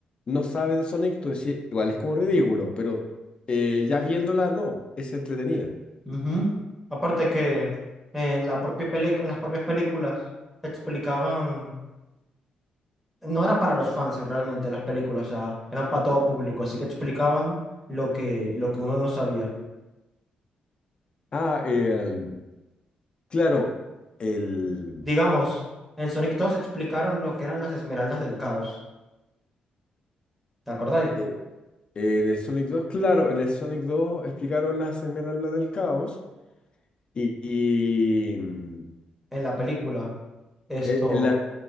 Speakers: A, on the left (about 35°); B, in the centre.
A: no sabes de Sonic, tú decís, igual es como ridículo, pero eh, ya viéndola, no, es entretenida.
B: Ujú. Aparte que en la propia peli- en las propias películas explicaban, no era para los fans realmente las películas, o sea, eran para todo público, así que explicaban lo que, lo que uno no sabía.
A: Ah, eh, claro, el,
B: Digamos, en Sonic 2 explicaron lo que eran las esmeraldas del caos, ¿te acordáis?
A: eh, en el Sonic 2, claro, en el Sonic 2 explicaron las esmeraldas del caos y, y, mm,
B: En la película, esto,
A: eh, la-